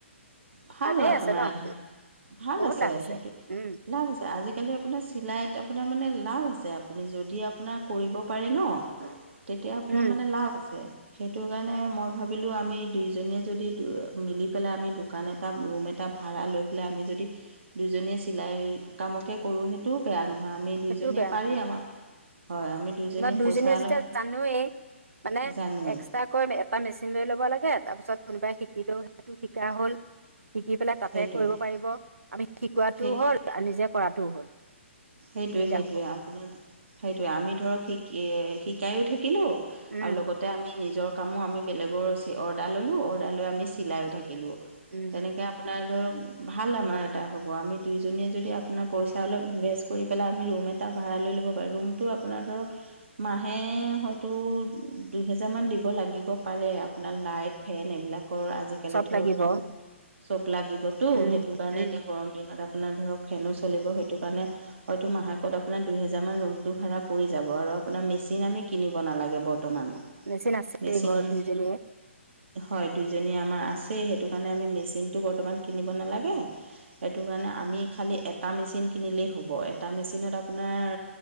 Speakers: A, on the right; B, on the right.
A: ভাল
B: লাভেই
A: হল আপোনাৰ।
B: আছে ন সেইটো
A: ভাল
B: বহুত
A: আছে
B: লাভ
A: সেইটোট
B: উম
A: লাভ আছে আজিকালি আজিকালি আপোনাৰ চিলাইত আপোনাৰ মানে লাভ আছে আপুনি যদি আপোনাৰ কৰিব পাৰে ন', তেতিয়া আপোনাৰ
B: উম
A: মানে লাভ আছে সেইটো কাৰনে যশ মই ভাবিলো আমি দুইজনীয়ে যদি মিলি পেলাই আমি দোকান এটা ৰুম এটা ভাড়া লৈ পেলাই আম আমি যদি দুইজনীয়ে চিলাই কামকে কৰোঁ সেইটোও বেয়া নহয়। আমি দুইজনীয়ে
B: সেইটোও বেয়া
A: পাৰি
B: নহয়
A: আমাৰ হয় আমি
B: ন' দুইজনীয়ে
A: পইচা অলপ
B: যেতিয়া জানোৱেই মানে
A: জানোৱেই
B: এক্সট্ৰাকৈ এটা মেচিন লৈ ল'ব লাগে তাৰপিছত কোনোবাই শিকিলেও সেইটো শিকা হ'ল। শিকি পেলাই তাতে
A: সেইটোৱেই
B: কৰিব পাৰিব আমি শিকোৱাটোও
A: সেই
B: হ'ল আৰু নিজে কৰাটোও হ'ল।
A: সেইটোৱে
B: দুইটা
A: -সেইটোৱে
B: হ'ব
A: আপোনাৰ সেইটোৱে আমি ধৰক শিকাইও থাকি কিলো
B: উম
A: আৰু লগতে আমি নিজৰ কামো আমি বেলেগৰ অৰ্ডাৰ ল'লোঁ অৰ্ডাৰ লৈ আমি চিলাইও থাকিলোঁ
B: উম
A: তেনেকে আপোনাৰ ধৰক ভাল আমাৰ এটা হ'ব আমি দুইজনীয়ে যদি আপোনাৰ পইচা অলপ ইনভেষ্ট কৰি পেলাই আমি ৰুম এটা ভা ড়া লৈ ল'ব পাৰোঁ ৰুমটো আপোনাৰ ধৰক মাহে হয়তো দুহেজাৰমান দিব লাগিব পাৰে আপোনাৰ লাইট, ফেন এইবিলাক কৰ আজিকালি
B: চব
A: ধৰ
B: লাগিব
A: বহুত চব লাগিবতো
B: উম
A: সেইটো কাৰণে
B: উম
A: এতিয়া গৰম দিনত আপোনাৰ ধৰক ফেনো চলিব সেইটো কাৰণে হয়তো মাহেকত আপোনাৰ দুহেজাৰমান ৰুমটো ভাড়া পৰি যাব আৰু আপোনাৰ মেচিন আমি কিনিব নালাগে বৰ্তমান
B: মেচিন আছে
A: মেচিন
B: দুই ঘৰত
A: আম
B: দুইজনিৰে।
A: হয়, দুইজনী আমাৰ আছেই সেইটো কাৰণে আমি মেচিনটো বৰ্তমান কিনিব নালাগে। সেইটো কাৰণে আমি খালি এটা মেচিন কিনিলেই হ'ব। এটা মেচিনত আপোনাৰ